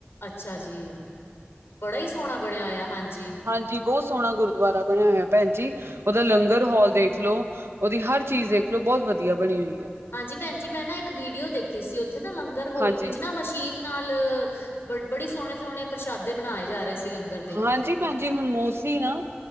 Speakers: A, on the left; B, on the right.
A: ਅੱਛਾ ਜੀ। ਬੜਾ ਹੀ ਸੋਹਣਾ ਬਣਿਆ ਹੋਇਆ ਹਾਂ ਜੀ।
B: ਹਾਂ ਜੀ ਬਹੁਤ ਸੋਹਣਾ ਗੁਰਦੁਆਰਾ ਬਣਿਆ ਹੋਇਆ ਭੈਣ ਜੀ। ਉਹਦਾ ਲੰਗਰ ਹਾਲ ਦੇਖ ਲਓ। ਉਹਦੀ ਹਰ ਚੀਜ਼ ਦੇਖ ਲੋ। ਬਹੁਤ ਵਧੀਆ ਬਣੀ ਹੋਈ ਐ।
A: ਹਾਂ ਜੀ ਭੈਣ ਜੀ ਮੈਂ ਨਾ ਇੱਕ ਵੀਡੀਓ ਦੇਖੀ ਸੀ। ਉੱਥੇ ਨਾ ਲੰਗਰ ਹਾਲ
B: ਹਾਂਜੀ
A: ਵਿੱਚ ਨਾ ਮਸ਼ੀਨ ਨਾਲ। ਬੜੇ ਬੜੀ ਸੋਹਣੇ ਸੋਹਣੇ ਪ੍ਰਸ਼ਾਦੇ ਬਣਾਏ ਜਾ ਰਹੇ ਸੀ ਲੰਗਰ। ਦੇ
B: ਹਾਂ ਜੀ। ਭੈਣ ਜੀ ਹੁਣ ਮੋਸਟਲੀ ਨਾ